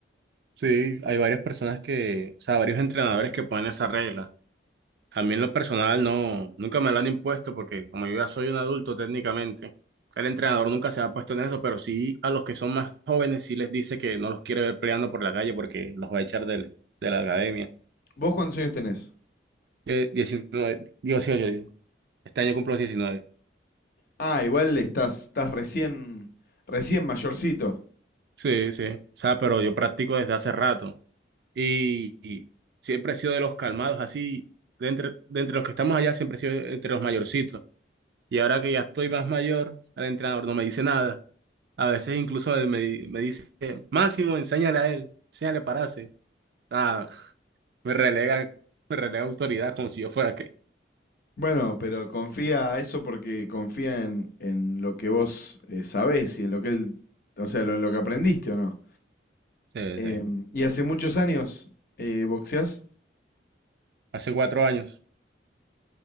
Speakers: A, on the right; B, on the left.
A: sí, hay varias personas que, o sea, varios entrenadores que ponen esa regla. A mí en lo personal no, nunca me lo han impuesto porque como yo ya soy un adulto técnicamente, el entrenador nunca se ha puesto en eso, pero sí a los que son más jóvenes sí les dice que no los quiere ver peleando por la calle porque los va a echar del- de la academia.
B: ¿Vos cuántos años tenés?
A: Eh, 19, digo, sí, yo, yo- este año cumplo los diecinueve
B: Ah, igual estás, estás recién, recién mayorcito.
A: Sí, sí, o sea, pero yo practico desde hace rato y, y siempre he sido de los calmados, así, de entre, de entre los que estamos allá siempre he sido entre los mayorcitos. Y ahora que ya estoy más mayor, el entrenador no me dice nada. A veces incluso me, me dice, Máximo, enséñale a él, enséñale pararse. Ah, me relega, me relega autoridad como si yo fuera que.
B: Bueno, pero confía eso porque confía en, en lo que vos eh, sabés y en lo que él, o sea, lo, en lo que aprendiste o no.
A: Sí,
B: Em,
A: sí.
B: ¿y hace muchos años eh, boxeás?
A: Hace cuatro años,